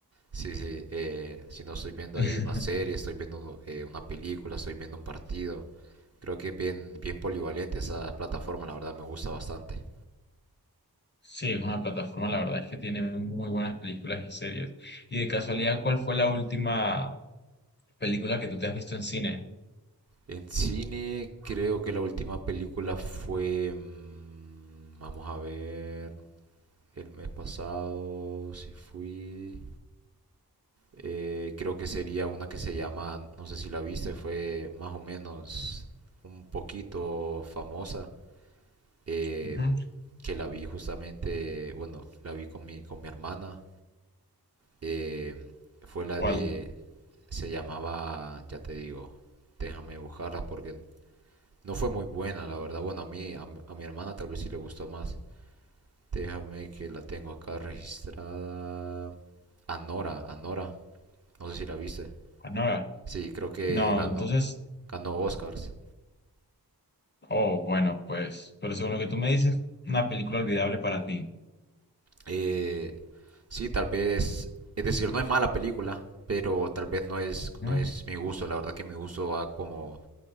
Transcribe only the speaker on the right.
sí, sí, eh, si no estoy viendo
ahí una serie, estoy viendo eh, una película, estoy viendo un partido, creo que es bien, bien polivalente esa plataforma, la verdad me gusta bastante.
En cine, creo que la última película fue, mm, vamos a ver. El mes pasado sí fui. eh, creo que sería una que se llama, no sé si la viste, fue más o menos un poquito famosa. eh,
que la vi justamente, bueno, la vi con mi, con mi hermana. eh, fue la
de, se llamaba, ya te digo, déjame buscarla porque no fue muy buena, la verdad. Bueno, a mí, a, mi- a mi hermana tal vez sí le gustó más. Déjame que la tengo acá registrada. Anora, Anora. No sé si la viste.
Sí, creo que
ganó,
ganó Oscars.
Eh, sí, tal vez, es decir, no es mala película, pero tal vez no es,
no es mi gusto. La verdad que mi gusto va como,